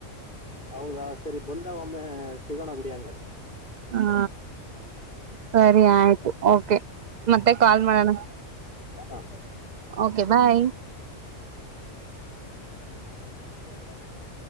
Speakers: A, on the left (about 40°); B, on the right (about 80°).
A: ಹೌದಾ ಸರಿ ಬಂದಾಗ ಒಮ್ಮೆ ಸಿಗೋಣ ಬಿಡಿ ಹಂಗಾದ್ರೆ
B: ಹಾ ಸರಿ ಆಯ್ತು ಓಕೆ ಮತ್ತೆ ಕಾಲ್ ಮಾಡೋಣ
A: ಹಾ.
B: ಓಕೆ ಬಾಯ್
A: ಹ